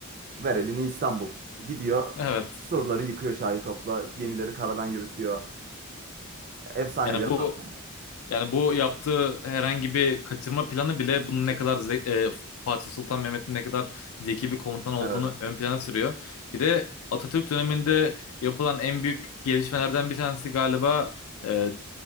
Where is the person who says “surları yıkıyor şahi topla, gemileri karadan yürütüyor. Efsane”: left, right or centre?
Right